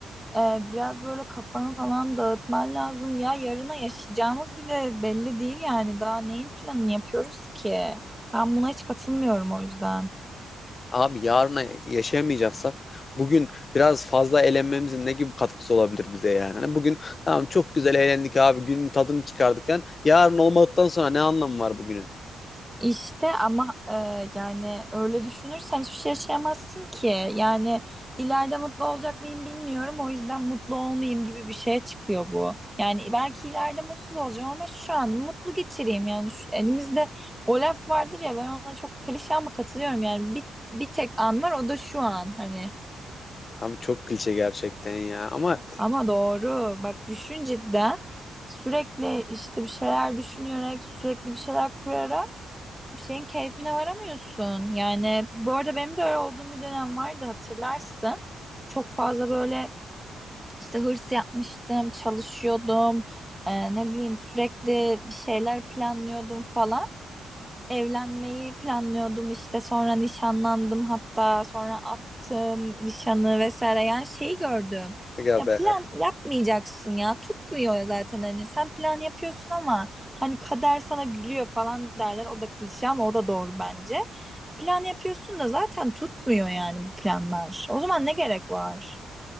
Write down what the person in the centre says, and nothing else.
e, biraz böyle kafanı falan dağıtman lazım ya yarına yaşayacağımız bile belli değil yani daha neyin planını yapıyoruz ki ben buna hiç katılmıyorum o yüzden.
İşte ama e, yani öyle düşünürsen hiçbir şey yaşayamazsın ki. Yani ileride mutlu olacak mıyım bilmiyorum. O yüzden mutlu olmayayım gibi bir şeye çıkıyor bu. Yani belki ileride mutsuz olacağım ama şu an mutlu geçireyim. Yani şu- elimizde o laf vardır ya ben ona çok klişe ama katılıyorum. Yani bir, bir tek an var o da şu an hani.
Ama doğru bak düşün cidden sürekli işte bir şeyler düşünerek sürekli bir şeyler kurarak bir şeyin keyfine varamıyorsun. Yani bu arada benim de öyle olduğum bir dönem vardı hatırlarsın. Çok fazla böyle işte hırs yapmıştım, çalışıyordum. Ee, ne bileyim sürekli bir şeyler planlıyordum falan. Evlenmeyi planlıyordum işte sonra nişanlandım hatta sonra attım nişanı vesaire yani şeyi gördüm.
Ya
plan yapmayacaksın ya tutmuyor ya zaten hani sen plan yapıyorsun ama hani kader sana gülüyor falan derler o da klişe ama o da doğru bence. Plan yapıyorsun da zaten tutmuyor yani bu planlar. O zaman ne gerek var?